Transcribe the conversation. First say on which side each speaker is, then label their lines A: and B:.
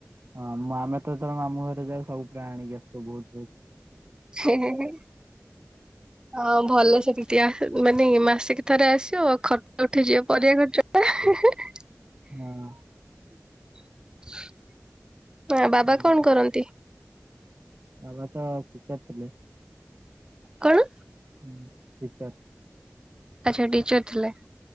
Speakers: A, on the right; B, on the right.
A: ହଁ ମୁଁ ଆମେ ତ ଯେତେବେଳେ ମାମୁଁ ଘର ଯାଉ ସବୁ ପ୍ରାୟ ଆଣିକି ଆଶୁ ବହୁତ୍ ବହୁତ୍।
B: <inaudible> ହେ, ହେ।
A: <inaudible>
B: ହଁ ଭଲ ସେ ଚୁଟିଆ ମାନେ ମାସକୁ ଥରେ ଆସିବ ଖର୍ଚ୍ଚ ଉଠେଇଯିବ ପରିବା ଖର୍ଚ୍ଚ ଟା <unintelligible>
A: ହଁ।
B: <unintelligible> ମା ବାବା
A: ହଁ
B: କଣ କରନ୍ତି?
A: ବାବା ତ ଠିକ୍ ଠାକ୍ ଥିଲେ <unintelligible>
B: କଣ?
A: ହୁଁ, ଟିଚର।
B: ଆଚ୍ଛା ଟିଚର୍ ଥିଲେ